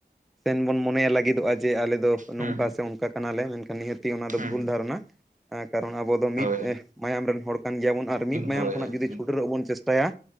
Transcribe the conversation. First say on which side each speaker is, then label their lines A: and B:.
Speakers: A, in the centre; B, on the right (about 50°).
A: ᱥᱮᱱ ᱵᱚᱱ ᱢᱚᱱᱮᱭᱟ ᱞᱟᱹᱜᱤᱫᱚᱜ-ᱟ ᱡᱮ ᱟᱞᱮ ᱫᱚ ᱱᱚᱝᱠᱟ
B: ᱦᱩᱸ
A: ᱥᱮ ᱚᱝᱠᱟ ᱠᱟᱱᱟᱞᱮ ᱢᱮᱱᱠᱷᱟᱱ ᱱᱤᱦᱟᱹᱛᱤ ᱚᱱᱟ ᱫᱚ
B: ᱦᱩᱸ
A: ᱵᱷᱩᱞ ᱫᱷᱟᱨᱚᱱᱟ ᱠᱟᱨᱚᱱ ᱟᱵᱚᱫᱚ ᱢᱤᱫ
B: ᱦᱳᱭ
A: ᱮ ᱢᱟᱭᱟᱢ ᱨᱮᱱ ᱦᱚᱲ ᱠᱟᱱ ᱜᱮᱭᱟᱵᱚᱱ ᱟᱨ ᱢᱤᱫ ᱢᱟᱭᱟᱢ
B: ᱦᱳᱭ
A: ᱠᱷᱚᱱᱟᱜ
B: ᱦᱳᱭ
A: ᱡᱩᱫᱤ ᱪᱷᱩᱰᱟᱹᱨᱚᱜ ᱵᱚᱱ ᱪᱮᱥᱴᱟᱭᱟ